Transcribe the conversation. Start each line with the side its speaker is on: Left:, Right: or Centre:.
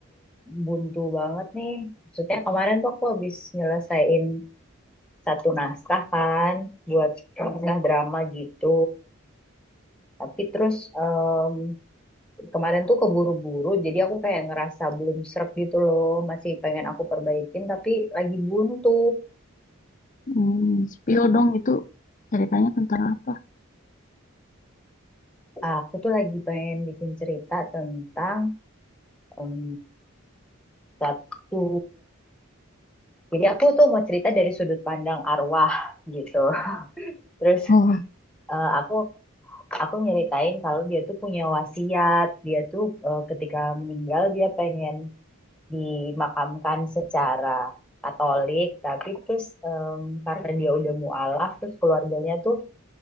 Centre: buntu banget nih. Maksudnya kemarin tuh aku habis nyelesain satu naskah kan buat naskah drama gitu. Tapi terus em, kemarin tuh keburu-buru jadi aku kayak ngerasa belum srek gitu loh, masih pengen aku perbaikin tapi lagi buntu.
Left: Hmm, spill dong itu ceritanya tentang apa?
Centre: Ah, Aku tuh lagi pengen bikin cerita tentang em, satu jadi aku tuh mau cerita dari sudut pandang arwah gitu. Terus
Left: Oh,
Centre: eh, aku aku nyeritain kalau dia tuh punya wasiat, dia tuh eh, ketika meninggal dia pengen dimakamkan secara Katolik, tapi terus em, karena dia udah mualaf, terus keluarganya tuh